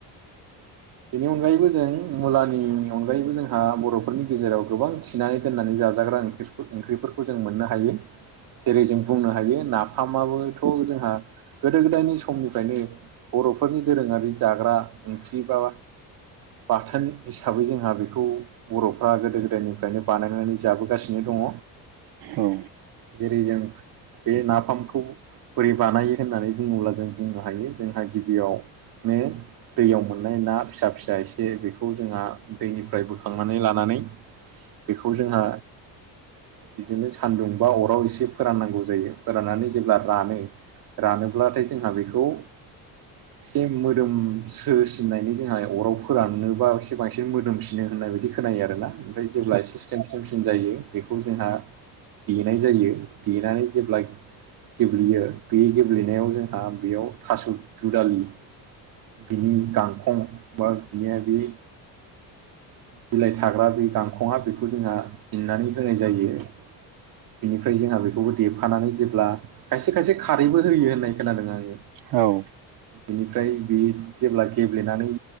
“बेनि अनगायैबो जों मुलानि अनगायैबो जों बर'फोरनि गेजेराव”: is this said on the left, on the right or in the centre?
Right